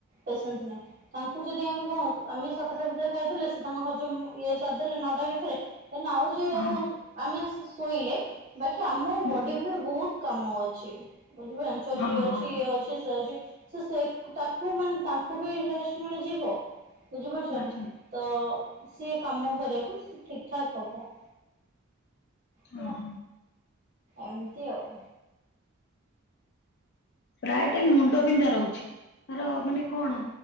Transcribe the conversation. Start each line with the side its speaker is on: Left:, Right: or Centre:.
Right: ପେସେନ୍ସ ନାହିଁ। ତାଙ୍କୁ ଯେଦି ଆମେ କହନ୍ତ ଆମେ ସାତଟା ଭିତରେ ଖାଇଦେଲେ ସେ ତାଙ୍କ ହଜମ ଇଏ ସାରିଦେଲେ ନଅଟା ଭିତରେ କାଇଁ ନାଁ ଆଉ ଯିଏ
Left: ହଁ
Right: ଆଉ ଆମେ ଶୋଇଲେ ବାକି ଆମ
Left: ହୁଁ
Right: ବଡି ଭିତରେ ବହୁତ୍ କାମ ଅଛି। ବୁଝି ଭ ଏଞ୍ଚ
Left: ହଁ
Right: ବି ଅଛି
Left: ହଁ
Right: ଇଏ ଅଛି ସେ ଅଛି। ସିଏ ସେ ତାକୁ ମାନେ ତାଙ୍କୁ ବି ରେଷ୍ଟ୍ ମିଳିଯିବ ବୁଝିପାରୁଛ
Left: ଆଚ୍ଛା
Right: ନା। ତ ସିଏ କାମ କରିବାକୁ ସେ ଠିକ୍ ଠାକ୍ ହବ।
Left: ହଁ
Right: ହେଲା
Left: ହଁ
Right: ଏମତି ଆଉ।
Left: ପ୍ରାୟ ଟାଇମ୍ ମୁଣ୍ଡ ବିନ୍ଧା ରହୁଚି ତାର ମାନେ କଣ